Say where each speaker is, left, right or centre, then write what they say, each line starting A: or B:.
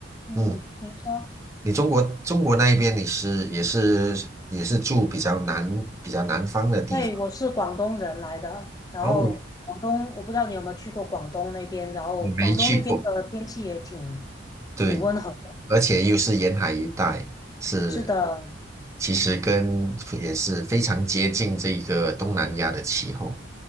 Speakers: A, on the left; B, on the right.
A: 嗯，
B: 嗯，
A: 你说，
B: 你中国中国那一边你是也是也是住比较南比较南方的地方，
A: 对，我是广东人来的，然后广东，
B: 然后我
A: 我不知道你有没有去过广东那边，然后广东那边的天气也挺挺温和的。
B: 我没去过，对，而且又是沿海一带，是
A: 是的，
B: 其实跟也是非常接近这个东南亚的气候